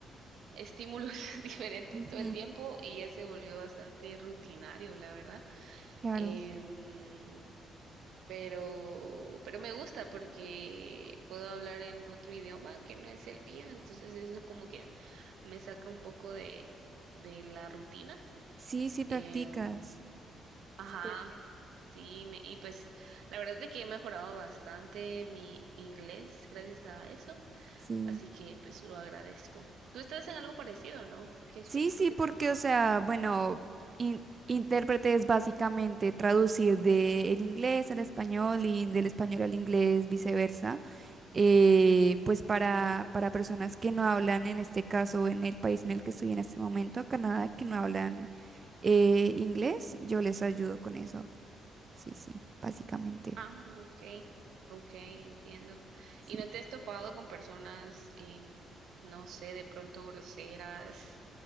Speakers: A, on the right; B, on the right.
A: estímulos <laughs> diferentes
B: ujú,
A: todo el tiempo y ya se volvió bastante rutinario, la verdad.
B: Claro.
A: Em, pero, pero me gusta porque puedo hablar en otro idioma que no es el mío, entonces eso como que me saca un poco de, de la rutina.
B: Sí, sí practicas.
A: Em, ajá,
B: Chévere.
A: sí, me, y pues la verdad es que he mejorado bastante mi inglés gracias a eso,
B: Sí.
A: así que pues lo agradezco. ¿Tú estás en algo parecido, no? ¿Qué es
B: Sí,
A: lo
B: sí,
A: lo que
B: porque,
A: trabajas?
B: o sea, bueno, in- intérprete es básicamente traducir del inglés al español y del español al inglés, viceversa. Eh, pues para, para personas que no hablan, en este caso, en el país en el que estoy en este momento, Canadá, que no hablan eh, inglés, yo les ayudo con eso. Sí, sí, básicamente,
A: Ah, ok, ok, entiendo.
B: sí.
A: ¿Y no te has topado con personas, em, no sé, de pronto groseras